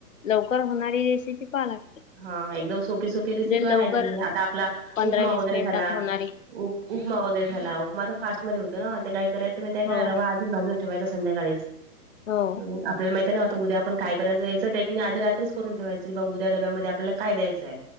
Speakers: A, on the left; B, on the right.
A: लवकर होणारी रेसिपी पाहा लागते
B: हा एकदम सोपी सोपी रेसिपी
A: जे
B: आहेहायची
A: लवकर
B: आता आपला
A: पंधरा
B: उपमा
A: वीस
B: वगैरे
A: मिनिटात
B: झाला
A: होणारी.
B: उप उपमा वगैरे झाला उपमा तर फास्टमध्ये होतो ना ते काही करायचं म त्या
A: हो
B: काय रवा आधच भाजून ठेवायचा संध्याकाळीच
A: हो.
B: ह आपल्याला माहितीय ना आता उद्या आपण काय करायचं याच टेक्निक आधी रात्रीच करून ठेवायचं कि बा उद्या डब्यामध्ये आपल्याला काय द्यायचं आहे